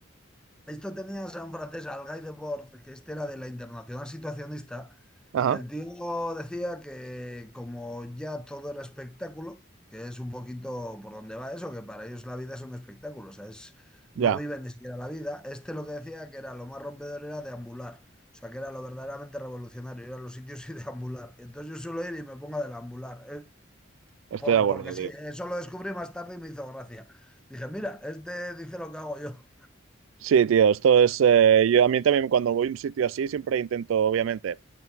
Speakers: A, in the centre; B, on the right.
A: Esto tenías a un francés, al Guy Debord, que este era de la Internacional Situacionista,
B: Ajá,
A: que el tío decía que como ya todo era espectáculo, que es un poquito por donde va eso, que para ellos la vida es un espectáculo, o sea, es,
B: ya,
A: no viven ni siquiera la vida. Este lo que decía que era lo más rompedor era deambular, o sea, que era lo verdaderamente revolucionario, ir a los sitios y <laughs> deambular. Entonces yo suelo ir y me pongo a deambular, eh,
B: estoy
A: por-
B: de acuerdo,
A: porque sí,
B: tío.
A: eso lo descubrí más tarde y me hizo gracia. Dije, mira, este dice lo que hago yo.
B: Sí, tío, esto es, eh, yo a mí también cuando voy a un sitio así siempre intento, obviamente,